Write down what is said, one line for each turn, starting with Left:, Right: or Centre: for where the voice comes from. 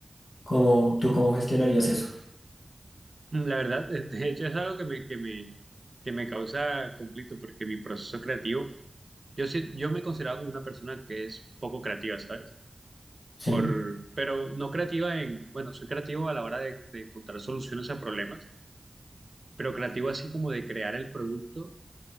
Left: ¿Cómo, tú cómo gestionarías eso?
Right: Mm, La verdad, <laughs> de de hecho es algo que me, que me, que me causa conflicto porque mi proceso creativo, yo, sí- yo me considero como una persona que es poco creativa, ¿sabes?
Left: Sí,
Right: Por, pero no creativa en, bueno, soy creativo a la hora de, de encontrar soluciones a problemas, pero creativo así como de crear el producto